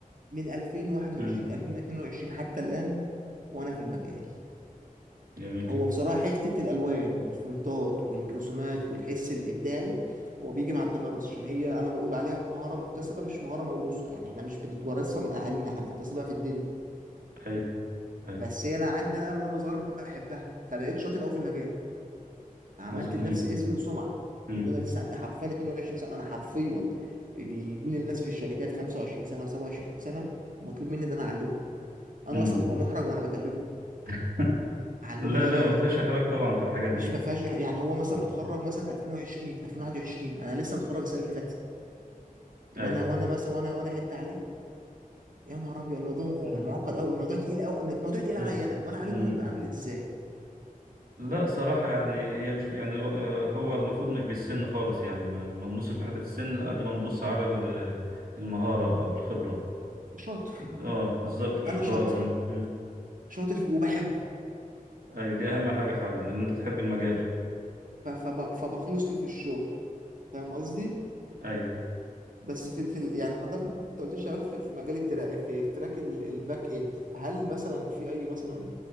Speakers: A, on the right (about 65°); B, on the right (about 90°).
A: من 2021
B: مم.
A: 2022 حتى الان وانا في المجال
B: جميل
A: هو بصراحه حته الالوان والفونتات والرسومات والحس الابداعي هو بيجي مع التمرس عشان هي انا بقول عليها مهاره مكتسبه مش مهاره موروثه يعني احنا مش بنتورثها من اهالينا احنا بنكتسبها في الدنيا
B: اي اي
A: بس هي انا عندي انا بقى من وانا صغير بحبها فبقيت شاطر قوي في المجال فعملت
B: عظ... مم.
A: لنفسي اسم وسمعه
B: مم.
A: من وانا لسه عندي حرفيا 22 سنه انا حرفيا بيجوا لي الناس في الشركات 25 سنه و27 سنه ومطلوب مني ان انا اعلمه انا
B: مم.
A: اصلا ببقى محرج وانا بكلمه
B: <laughs>
A: اعلمه
B: لا
A: ازاي
B: لا ما فيش حرج طبعا في الحاجات دي
A: مش ما فيهاش يعني هو مثلا
B: مم.
A: متخرج مثلا 2020 2021 انا لسه متخرج السنه اللي فاتت وانا
B: اي
A: وانا مثلا وانا وانا هد عليه يا نهار ابيض الموضوع
B: مم.
A: معقد قوي الموضوع تقيل قوي الموضوع تقيل
B: مم.
A: عليا انا امال عليهم
B: مم.
A: هم بيبقى عامل ازاي
B: لا صراحة يعني هي مش يعني آه، هو المفروض مش بالسن خالص يعني ما ما نبصش لحتة السن قد ما نبص على ال- المهارة أو الخبرة
A: شاطر
B: اه بالظبط الشطارة
A: انا شاطر
B: مم، مم.
A: شاطر في وبحبه
B: أيوة دي أهم حاجة فعلا إن أنت تحب المجال
A: ف- فب- فبخلص له في الشغل فاهم قصدي
B: أيوة
A: بس في, في ال- يعني حضرتك انت قلت لي شغال في, في مجال التراك في في تراك ال- الباك اند هل مثلا في اي مثلا